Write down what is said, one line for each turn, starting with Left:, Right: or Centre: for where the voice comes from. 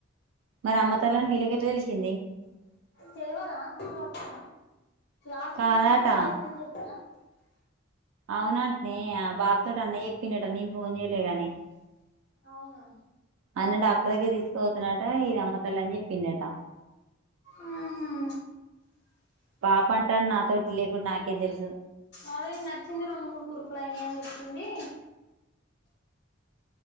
Right: మరి అమ్మతాలను వీలగెట తెలిసింది
Left: తలవదా గుర్తుపట్టిన హసుపత్రల్
Right: కాదట
Left: అమ్మ తల్ అయిందని చెప్పారా
Right: అవునా నే బా తెటి అన్న చెప్పినట్ట నీను ఫోన్ చేయలేగాని
Left: అవునా
Right: అన్న డాక్టర్ దగ్గర తీసుకుపోతున్నాట ఇది అమ్మ తల్ అని చెప్పిండట.
Left: ఆహా
Right: పాప అంటాడు నాతోటి లేకుడు నాకేం తెలుసు
Left: అదే నచ్చింది రెండు మూడు కుర్పులుయినా అని చెప్పింది.